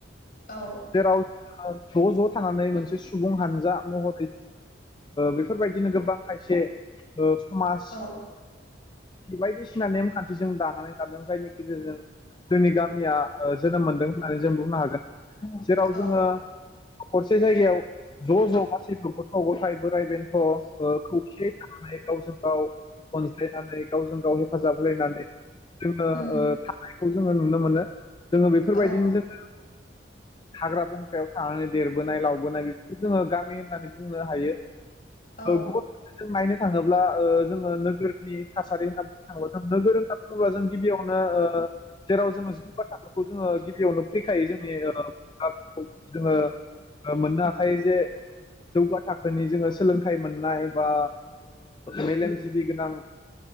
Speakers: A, on the left; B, on the left.
A: औ
B: जेराव ज' ज' थांनानै मोन से सुबुं हानजा महरै बेफोरबायदिनो गोबां खायसे ओ समाज
A: औ
B: बायदिसिना नेम खान्थि जों दानानै थादों जायनि गेजेरजों जोंनि गामि जोनोम मोनदों होननानै जों बुंनो हागोन जेराव
A: औ
B: जोङो खरसे जायगायाव ज' ज' गासैफोरखौ औ <unintelligible> बोराइ बेन्थ' खौसेयै थानानै गावजों गाव अनज्लायनानै गावजों गाव हेफाजाब होलायनानै जोङो
A: उम
B: थानायखौ जोङो नुनो मोनो जोङो बेफोरबायदिनो
A: औ
B: जोङो हाग्रा बंग्रायाव थानानै देरबोनाय लावबोनाय बेफोरखौ जोङो गामि होननानै बुंनो हायो
A: औ
B: गुबुन <unintelligible> माइनो थांङो जोङो नोगोरनि थासारि होनना बुङो <unintelligible> <unintelligible> जों गिबियावनो जेराव जोङो जेबा थाखो जोङो गिबियावनो फैखायो जोंनि जोङो मोननो हाखायो जे जौगा थाखोनि जोङो सोलोंथाइ मोननाय बा मेलेमजिबि गोनां